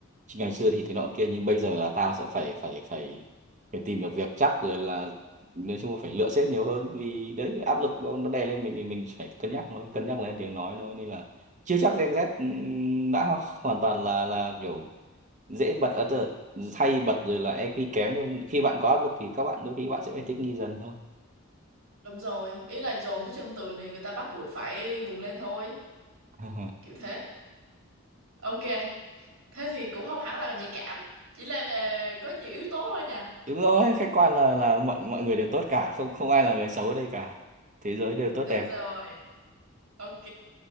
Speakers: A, on the right (about 35°); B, on the right (about 70°).
A: chỉ ngày xưa thì thế nọ kia nhưng bây giờ là tao sẽ phải phải phải phải tìm được việc chắc rồi là nói chung là phải lựa sếp nhiều hơn vì đấy cái áp lực nó nó đè lên mình thì mình phải cân nhắc thôi cân nhắc lên tiếng nói thôi nên là chưa chắc Gen Z ừm, đã hoàn toàn là là kiểu dễ bật ở tờ hay bật rồi là EQ kém đâu khi bạn có áp lực thì các bạn đôi khi bạn sẽ phải thích nghi dần thôi
B: đúng rồi ý là dồn tới chân tường thì người ta bắt buộc phải vùng lên thôi
A: <laughs>
B: kiểu thế ok thế thì cũng không hẳn là nhạy cảm chỉ là có nhiều yếu tố thôi nha
A: đúng rồi khách quan là là mọi mọi người đều tốt cả không không ai là người xấu ở đây cả thế giới đều tốt
B: đúng
A: đẹp
B: rồi ok